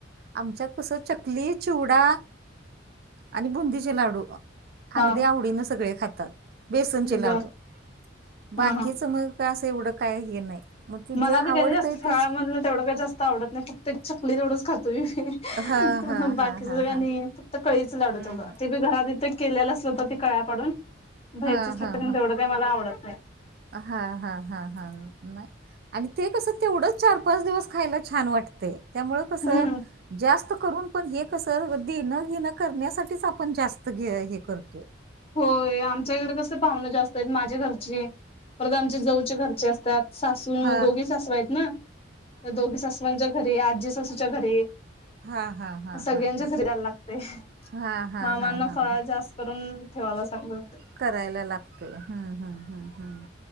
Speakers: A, on the right; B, on the left.
A: आमच्यात कस चकली चिवडा. आणि बुंदीचे लाडू
B: हा
A: अगदीे, आवडीनं सगळे खातात. बेसनचे लाडू,
B: बर
A: बाकीचं
B: हा हा
A: मग असं एवढं काय हे नाही. मग ते
B: मला
A: जे आवडतंय
B: बी कधी जास्त फराळ
A: तेच
B: मधलं तेवढं का जास्त आवडत नाही फक्तं एक चकली तेवढच खातोय मी.
A: हा हा
B: बाकीच
A: हा हा
B: आणि,
A: हा
B: कळीच लाडू
A: हम्म
B: तेवढ ते बी, घरात इथं केलेल्या असलं तर ते कळ्या पाडून भैरच
A: हा
B: असल
A: हा हा
B: तेवढं. ते मला आवडत नाही.
A: हा हा हा हा. नाही आणि ते कसं, तेवढंच चार पाच दिवस खायला छान वाटते त्यामुंळ कसं.
B: हम्म
A: जास्त करून पण हे कसं, देणं घेण करण्यासाठीच आपण जास्त घ हे करतोय.
B: होय आमच्या इकडं कसं पावन जास्तं आहेत माझ्या घरची. परत आमच्या जाऊच्या घरचे असतात. सासू
A: आपण
B: दोघी सासवा आहेत ना तर दोघी सासवांच्या, घरी आजी सासूच्या घरी.
A: हा हा हा हा
B: सगळ्यांच्या
A: हा
B: घरी द्यायला लागतंय, <unintelligible>
A: हा हा हा हा
B: फराळ जास्तं करून ठेवायलाच लागत.
A: करायला लागतंय हम हम हम.